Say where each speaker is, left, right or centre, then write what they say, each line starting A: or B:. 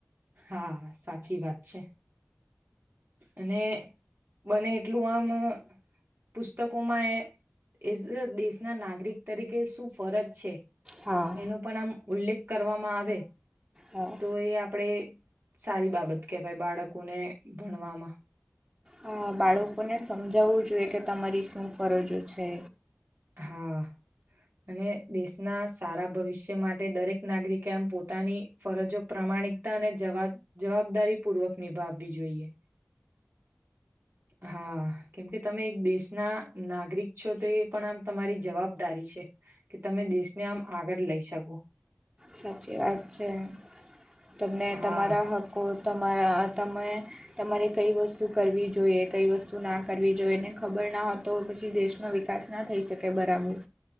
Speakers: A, on the right; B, on the right.
A: હા, સાચી વાત છે. અને બને, એટલું આમ. પુસ્તકોમાં એ એ દેશના, નાગરિક તરીકે શું ફરજ છે.
B: હા
A: એનો પણ આમ ઉલ્લેખ કરવામાં, આવે!
B: હા
A: તો એ આપણેે. સારી બાબત કહેવાય, બાળકોને ભણવામાં
B: હા, બાળકોને સમજાવવું જોઈએ કે તમારી શું ફરજો છે.
A: હા. અને દેશના સારા ભવિષ્ય માટે દરેક, નાગરિકે આમ પોતાની ફરજો પ્રમા માણિકતાને જવાબ જવાબદારી, પૂર્વક નિભાવવી જોઈએ. હા, કેમકે તમે એક દેશના નાગરિક છો, તો એ પણ આમ તમારી જવાબદારી. કે તમે દેશને આમ આગળ લઈ, શકો
B: સાચી વાત છે તમને,
A: હા
B: તમારા હકો. તમે તમારે કઈ વસ્તુ કરવી જોઈએ, કઈ વસ્તુ ના. કરવી જોઈએ, એને ખબર ના. હ, તો પછી દેશનો વિકાસના થઈ, શકે બરાબર